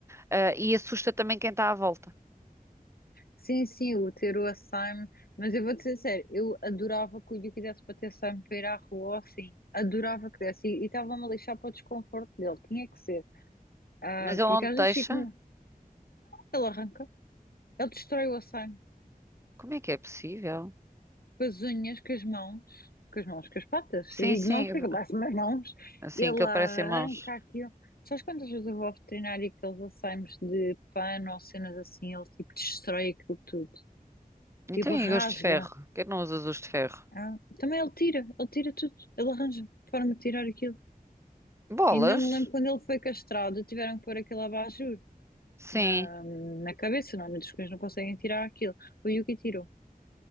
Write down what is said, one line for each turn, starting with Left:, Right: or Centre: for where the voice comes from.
Right: ah, e assusta também quem está à volta.
Left: Sim, sim, o ter o Açaime, mas eu vou-te ser sério, eu adorava que o Yuki desse para ter Açaime para ir à rua, ou assim, adorava que desse, e e estava-me a lixar para o desconforto dele, tinha que ser, Ah,
Right: Mas ele
Left: porque
Right: não
Left: às
Right: te
Left: vezes
Right: deixa?
Left: fico, não, ele arranca, ele destrói o Açaime,
Right: Como é que é possível?
Left: com as unhas, com as mãos, com as mãos, com as patas,
Right: Sim,
Left: eu digo
Right: sim,
Left: mãos, porque é que eu passo as mãos,
Right: assim
Left: ele
Right: que ele
Left: arranca
Right: parece em mãos.
Left: aquilo, sabes quantas vezes eu vou ao veterinário e aqueles Açaimes de pano ou cenas assim, ele tipo destrói aquilo tudo,
Right: Então
Left: tipo
Right: e
Left: rasga.
Right: gosto de ferro? Por que não usas os de ferro?
Left: Ah, também ele tira, ele tira tudo, ele arranja forma de tirar aquilo.
Right: Bolas?
Left: Ainda me lembro quando ele foi castrado, tiveram que pôr aquele abajur
Right: Sim,
Left: na, na cabeça, normalmente os cães não conseguem tirar aquilo. O Yuki tirou.